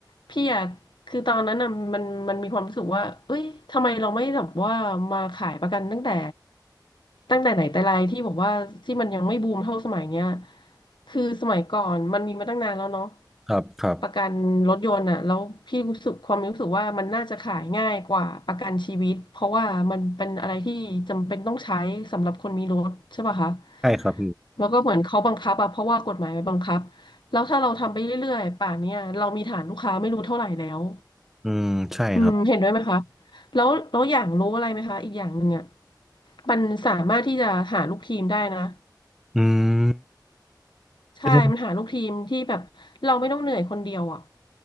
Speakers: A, on the left; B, in the centre.
A: พี่อะคือตอนนั้นอะมันมันมีความรู้สึกว่าเอ้ยทำไมเราไม่แบบว่ามาขายประกันตั้งแต่ตั้งแต่ไหนแต่ไรที่บอกว่าที่มันยังไม่บูมเท่าสมัยเนี้ยคือสมัยก่อนมันมีมาตั้งนานแล้วเนาะ
B: ครับครับ
A: ประกันรถยนต์อะแล้วพี่รู้สึกความรู้สึกว่ามันน่าจะขายง่ายกว่าประกันชีวิตเพราะว่ามันเป็นอะไรที่จำเป็นต้องใช้สำหรับคนมีรถใช่ป่ะคะ
B: ใช่ครับพี่
A: แล้วก็เหมือนเขาบังคับอะเพราะว่ากฎหมายมันบังคับ แล้วถ้าเราทำไปเรื่อยๆ ป่านเนี้ยเรามีฐานลูกค้าไม่รู้เท่าไหร่แล้ว
B: อืมใช่ครับ
A: อืมเห็นด้วยไหมคะแล้วแล้วอย่างรู้อะไรไหมคะ อีกอย่างหนึ่งอ่ะมันสามารถที่จะหาลูกทีมได้นะ
B: อืม
A: ใช่
B: เป็น
A: มันหาลูกทีมที่แบบเราไม่ต้องเหนื่อยคนเดียวอ่ะ